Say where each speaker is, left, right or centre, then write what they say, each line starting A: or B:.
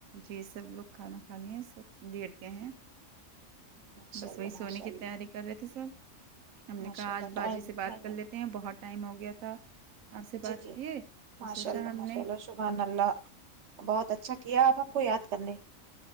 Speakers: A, on the right; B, on the right.
A: جی سب لوگ کھانا کھا لیے ہیں سب لیٹے ہیں
B: ماشاء
A: بس
B: اللہ
A: وہی سونے
B: ماشاء
A: کی
B: اللہ
A: تیاری کر رہے تھے سب ہم نے
B: ماشاء
A: کہا
B: اللہ
A: آج باجی
B: ٹائم
A: سے
B: نہیں
A: بات
B: نہیں
A: کر لیتے ہیں بہت ٹائم ہو گیا تھا آپ سے بات
B: جی جی
A: کیے تو
B: ماشاء
A: سوچا
B: اللہ
A: ہم
B: ماشاء
A: نے
B: اللہ سبحان
A: کہ
B: اللہ بہت اچھا کیا آپ ہم کو یاد کرنے